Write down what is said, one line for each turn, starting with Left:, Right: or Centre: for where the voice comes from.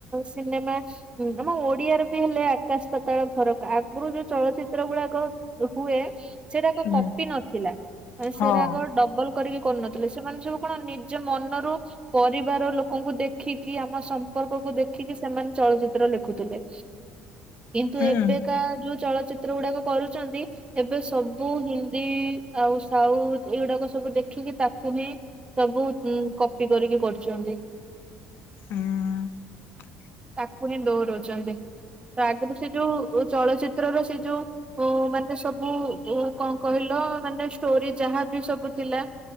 Right: ସିନେମା ହୁଁ ଆମ ଓଡିଆରେ ବି ହେଲେ ଆକାଶ ପତାଳ ଫରକ ଆଗରୁ ଯୋଉ ଚଳଚିତ୍ର ଗୁଡାକ ହୁଏ। ସେଟାକ
Left: ହୁଁ
Right: କପି ନଥିଲା ମାନ
Left: ହଁ
Right: ସେରାକ ଡବଲ କରିକି କରୁନଥିଲେ ସେମାନେ ସବୁ କଣ ନିଜ ମନରୁ ପରିବାର ଲୋକଙ୍କୁ ଦେଖିକି ଆମ ସମ୍ପର୍କକୁ ଦେଖିକି ସେମାନେ ଚଳଚିତ୍ର ଲେଖୁଥିଲେ। କିନ୍ତୁ
Left: ହୁଁ।
Right: ଏବେକା ଯୋଉ ଚଳଚିତ୍ର ଗୁଡାକ କରୁଛନ୍ତି। ଏବେ ସବୁ ହିନ୍ଦୀ ଆଉ ସାଉଥ ଏଗୁଡାକ ସବୁ ଦେଖିକି ତାକୁ ହିଁ ସବୁ ଉଁ କପି କରିକି କରଚନ୍ତି।
Left: ଉଁ।
Right: ପୁଣି ଦୋହରୋଉଚନ୍ତି ତା ଆଗରୁ ସେ ଯୋଉ ଚଳଚିତ୍ରର ସେ ଯୋଉ ଓ ମାନେ ସବୁ ଉ କଣ କହିଲ ମାନେ ଷ୍ଟୋରି ଯାହାବି ସବୁ ଥିଲା